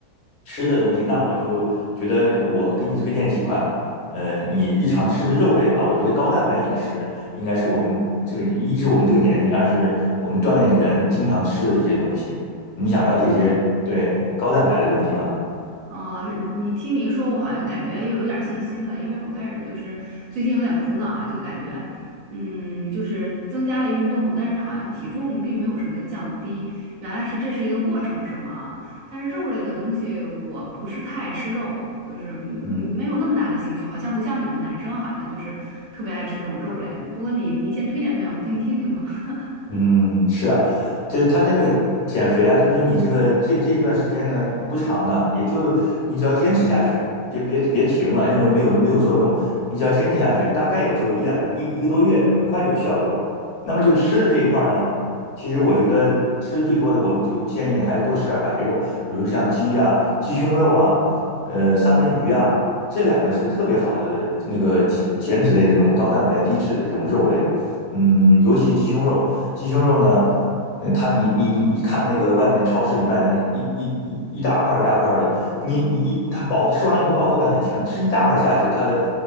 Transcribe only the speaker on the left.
吃的东西，那我就觉得我给你推荐几款，呃，你日常吃的肉类吧。我觉得高蛋白饮食应该是我们这个，一是我们这个年纪，二是我们锻炼的人经常吃的一些东西。你想了解一些对高蛋白的东西吗？
嗯。
嗯，是啊，这他这个减肥啊，就是说你这个这这一段时间呢不长的，也就你只要坚持下去，别别别停了，认为没有没有作用，你只要坚持下去，大概也就一两一一个多月，很快就有效果。那么就吃的这一块儿呢，其实我觉得吃的最多的，我们就建议你还是多吃点白肉，比如像鸡呀、鸡胸肉啊，呃，三文鱼呀、这两个是特别好的那个减减脂类的这种高蛋白低脂的这种肉类。嗯，尤其鸡胸肉。鸡胸肉呢，嗯，它你你你你看那个外面超市里卖的一一一一大块一大块的，你你一它饱吃完以后饱腹感很强，你吃一大块下去，它的